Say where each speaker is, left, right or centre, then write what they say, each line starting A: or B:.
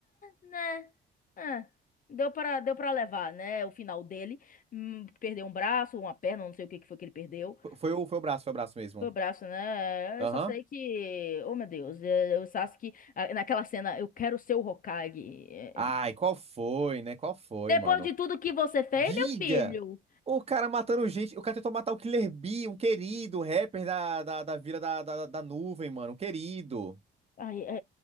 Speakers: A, on the left; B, on the right.
A: né? Ah, deu para deu para levar, né? O final dele. Hum, Perdeu um braço, uma perna, não sei o que que foi que ele perdeu.
B: Foi o, foi o braço, foi o braço mesmo.
A: Foi o braço, né?
B: Aham.
A: Eu só sei que. Oh, meu Deus. é, O Sasuke, ah, naquela cena, eu quero ser o Hokage. É,
B: Ai,
A: é.
B: qual foi, né? Qual foi,
A: Depois
B: mano?
A: de tudo que você fez,
B: Diga!
A: meu filho.
B: O cara matando gente. O cara tentou matar o Killer Bee, um querido rapper da, da, da Vila da, da, da Nuvem, mano. Um querido.
A: Ai, é,